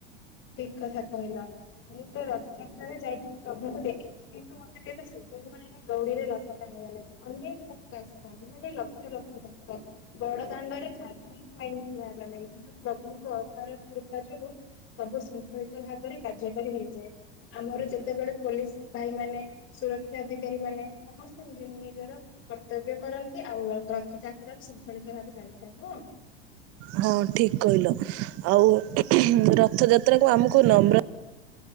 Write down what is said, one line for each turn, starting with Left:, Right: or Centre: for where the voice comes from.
Left: ଠିକ କଥା କହିଲା ମୁଁ ତ ରଥଯାତ୍ରାରେ ଯାଇକି ପ୍ରଭୁଙ୍କୁ ଦେଖି କିନ୍ତୁ ମତେ କେବେ ସୁଜଗ ମିଳିନି ଦୌଡିରେ ରଥ ଟାଣିବା ଲାଗି ଅନେକ ଭକ୍ତ ଆସିଥାନ୍ତି ମାନେ ଲକ୍ଷ ଲକ୍ଷ ଭକ୍ତ। ବଡ ଦାଣ୍ଡରେ ଜାଗି ପାଏନି ଠିଆ ହେବା ଲାଗି କିନ୍ତୁ ପ୍ରଭୁଙ୍କ ଅପର କୃପା ଯୋଗୁ ସବୁ ଶୃଙ୍ଖଳିତ ଭାବରେ କାର୍ଯ୍ୟକାରୀ ହେଇଯାଏ ଆମର ଯେତେବେଳେ ପୋଲିସ୍ ଭାଇ ମାନେ ସୁରକ୍ଷା ଅଧିକାରୀ ମାନେ ସମସ୍ତେ ନିଜ ନିଜର କର୍ତ୍ତବ୍ୟ କରନ୍ତି ଆଉ ରଥଯାତ୍ରା ଶୃଙ୍ଖଳିତ ଭାବେ ଚାଲିଥାଏ ନୁହଁ
Right: ହଁ ଠିକ୍ କହିଲ ଆଉ ରଥଯାତ୍ରା କୁ ଆମକୁ ନମ